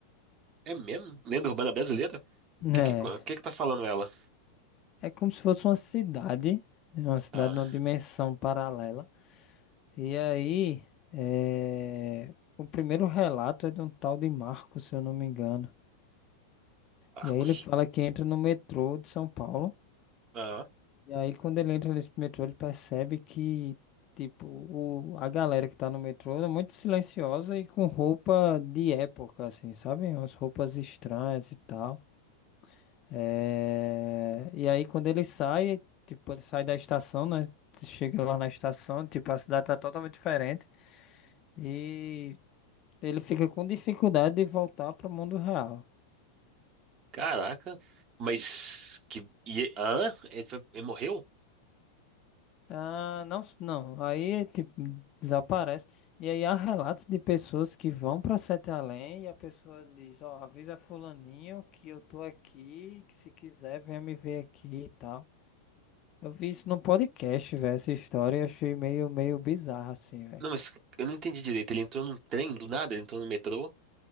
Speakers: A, on the right; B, on the left.
A: é mesmo? Lenda urbana brasileira? O
B: É,
A: que que, co- que que tá falando ela?
B: é como se fosse uma cidade, né, uma cidade
A: Ah,
B: numa dimensão paralela E aí, eh, o primeiro relato é de um tal de Marco, se eu não me engano.
A: Arcos.
B: E aí ele fala que entra no metrô de São Paulo.
A: Ah,
B: E aí, quando ele entra nesse metrô, ele percebe que, tipo, o, a galera que tá no metrô é muito silenciosa e com roupa de época, assim, sabe? Umas roupas estranhas e tal. É, E aí quando ele sai, tipo, ele sai da estação, né? Chega lá na estação, tipo, a cidade tá totalmente diferente. E ele fica com dificuldade de voltar pro mundo real.
A: caraca. Mas que... E, ah, ele, foi- ele morreu?
B: Ah, não, s- não. Aí, tipo, desaparece. E aí há relatos de pessoas que vão para Sete Além e a pessoa diz, ó, avisa fulaninho que eu tô aqui, que se quiser venha me ver aqui e tal. Eu vi isso num podcast, velho, essa história e achei meio, meio bizarra assim, velho.
A: Não, mas eu não entendi direito. Ele entrou num trem do nada, ele entrou no metrô